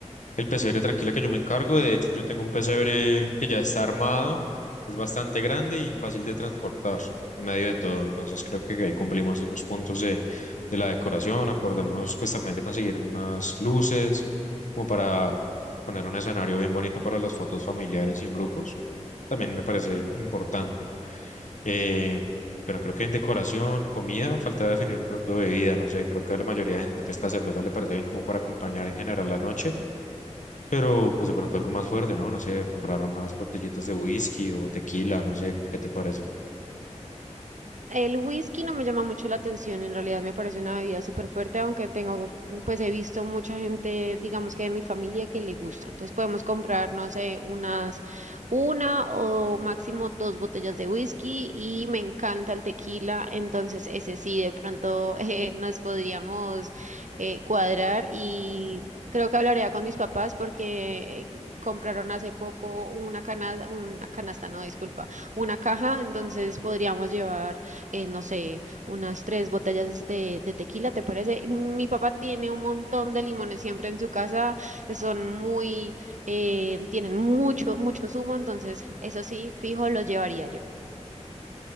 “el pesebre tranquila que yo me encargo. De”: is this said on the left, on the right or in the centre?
Left